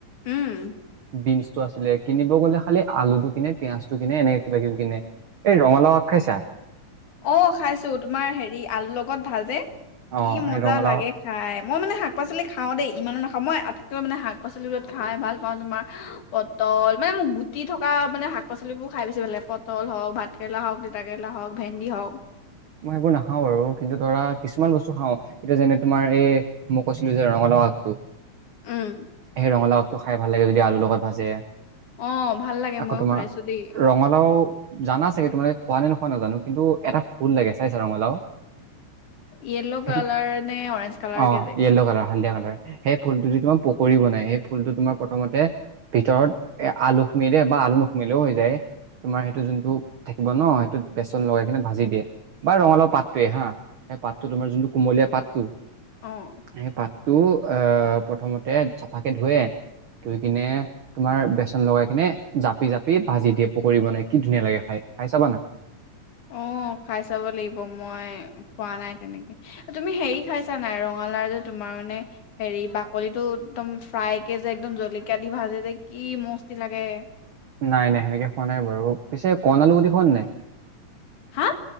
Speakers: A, on the left (about 80°); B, on the right (about 60°).
A: উম
B: বিনচটো আছিলে কিনিব গ'লে খালি আলুটো কিনে, পিয়য়াজটো কিনে এনেকে কিবা কিবি কিনে। এই ৰঙালাও আগ খাইছা?
A: অ খাইছো তোমাৰ হেৰি আলুৰ লগত ভাজে,
B: অ',
A: কি মজা
B: এই ৰঙালাও
A: লাগে খাই। মই মানে শাক-পাচলি খাওঁ দেই ইমানো নাখাওঁ মই আটাইতকৈ মানে শাক-পাচলিবোৰ খাই ভাল পাওঁ তোমাৰ পটল, মানে মোক গুটি থকা মানে শাক-পাচলিবোৰ খাই বেছি ভাল লাগে, পটল হওক, ভাত কেৰেলা হওক, তিতা কেৰেলা, হওক ভেন্দি হওক,
B: মই সেইবোৰ নাখাওঁ বাৰু কিন্তু ধৰা কিছুমান বস্তু খাওঁ এতিয়া যেনে তোমাৰ এই মই কৈছিলো যে ৰঙালাও আগটো
A: উম।
B: সেই ৰঙালাও আগটো খাই ভাল লাগে যদি আলুৰ লগত ভাজে।
A: অ', ভাল লাগে
B: আকৌ
A: ময়ো
B: তোমাৰ
A: খাইছো দেই
B: ৰঙলাউ জানা চাগে তোমালোকে খোৱানে নোখোৱা নাজানোঁ, কিন্তু এটা ফুল লাগে চাইছা ৰঙলাউ?
A: য়েল্ল'
B: সেইটো
A: কালাৰ নে অৰেঞ্জ কালাৰ
B: অ',
A: কে যে
B: য়েল্ল' কালাৰ, হালধীয়া কালাৰ। সেই ফুলটো দি তোমাৰ পকৰী বনাই, সেই ফুলটো তোমাৰ প্ৰথমতে ভিতৰত এ আলু সোমিয়াই দিয়ে বা আলু নুসোমিয়ালেও হৈ যায়। তোমাৰ সেইটো যোনটো থাকিব ন' সেইটোত বেচন লগাই কিনে ভাজি দিয়ে। বা ৰঙলাউ পাতটোৱে হা, সেই পাতটো তোমাৰ যোনটো কুমলীয়া পাতটো
A: অ'।
B: সেই পাতটো এ প্ৰথমতে চাফাকে ধুৱে, ধুই কিনে তোমাৰ বেচন লগাই কিনে জাপি, জাপি ভাজি দিয়ে পকৰি বনাই, কি ধুনীয়া লাগে খায়, খায় চাবা না।
A: অ', খাই চাব লাগিব মই খোৱা নাই তেনেকে। এই তুমি হেৰি খাইছা নাই? ৰঙালাউ যে, তোমাৰ মানে হেৰি বাকলিটো একদম ফ্ৰাইকে যে, একদম জলকীয়া দি ভাজে যে, কি মস্তি লাগে।
B: নাই, নাই সেনেকে খোৱা নাই বাৰু। পিছে কণ আলুগুটি খোৱানে নাই?
A: হা?